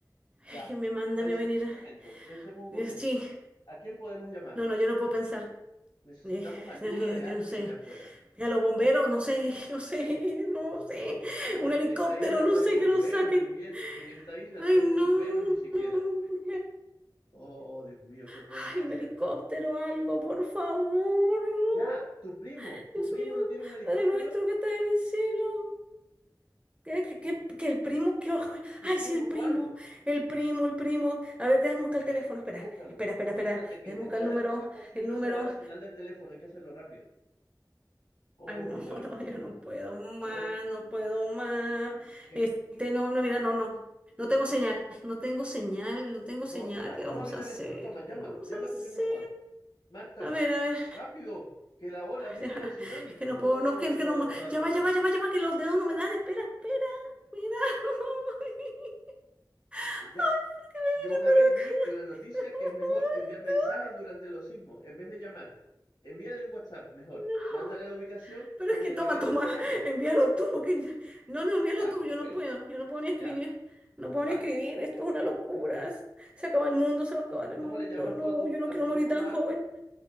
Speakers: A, on the left; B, on the right.
A: Ya,
B: Ay, que me manda
A: pensemos
B: a mí a venir.
A: un momento, pensemos un
B: Eh,
A: momento.
B: Sí,
A: ¿A quién podemos llamar?
B: no, no, yo no puedo pensar.
A: Necesitamos
B: Eh,
A: ayuda
B: no, eh,
A: de alguien
B: yo no sé.
A: de afuera.
B: A los bomberos, no sé, <laughs> no sé, no sé.
A: No,
B: Un
A: si
B: helicóptero,
A: en esta isla no
B: no sé
A: hay bomberos,
B: que lo saque.
A: Juviet, en esta isla
B: Ay,
A: no hay
B: no,
A: bomberos ni siquiera.
B: no.
A: Oh, Dios mío, ¿qué podemos
B: Ay,
A: hacer?
B: un helicóptero, algo, por favor. no.
A: Ya, tu primo,
B: Dios
A: tu primo
B: mío,
A: no tiene un helicóptero,
B: Padre nuestro que estás en el cielo. Que, que,
A: tu,
B: que- que el primo, que
A: tu
B: ay,
A: primo
B: sí, el
A: Juan,
B: primo, el primo, el primo. A ver, déjame buscar el teléfono, espera,
A: búscalo.
B: espera, espera,
A: Apúrate
B: espera,
A: que
B: déjame
A: después
B: buscar el número,
A: de los sismos siempre
B: el número.
A: se va la señal del teléfono, hay que hacerlo rápido. Oh,
B: Ay, no, <laughs>
A: ¿y ahora
B: no,
A: qué hacemos?
B: yo no puedo más,
A: No,
B: no puedo más.
A: en-
B: Este, no, no, mira, no, no, no tengo señal, no tengo señal, no tengo
A: no,
B: señal.
A: toma,
B: ¿Qué
A: toma
B: vamos
A: mi teléfono,
B: a hacer?
A: toma, llámalo,
B: ¿Qué vamos
A: llama
B: a
A: a tu
B: hacer?
A: primo Juan, márcale,
B: A ver, a ver.
A: rápido, que la ola viene
B: Ya va,
A: del tsunami.
B: <laughs> Es que no
A: Oh,
B: puedo, no, que,
A: ¿cómo
B: que no,
A: vamos
B: ma-
A: a evacuar
B: ya va, ya
A: de aquí?
B: va, ya va, ya va, que los dedos no me dan, espera, espera, mira. <laughs> Ay,
A: Ya,
B: ¿por qué me
A: yo
B: vine
A: una
B: para
A: vez
B: acá?
A: vi en la noticia
B: <laughs>
A: que es mejor
B: Ay,
A: enviar mensajes
B: no,
A: durante los sismos en vez de llamar. Envíale un WhatsApp, mejor.
B: no.
A: Mándale la ubicación
B: Pero
A: y
B: es
A: dile
B: que toma,
A: que venga
B: toma,
A: a buscarnos.
B: envíalo tú, porque ya- no, no, envíalo
A: Ya,
B: tú, yo
A: ok,
B: no puedo, yo no puedo ni
A: ya,
B: escribir, no puedo
A: vale.
B: ni escribir, esto es una locura,
A: Ya.
B: s- se acaba el mundo, se va a acabar el
A: ¿Cómo
B: mundo,
A: le llamas
B: no,
A: tú a tu,
B: yo no
A: a
B: quiero
A: tu primo
B: morir tan
A: Juan?
B: joven.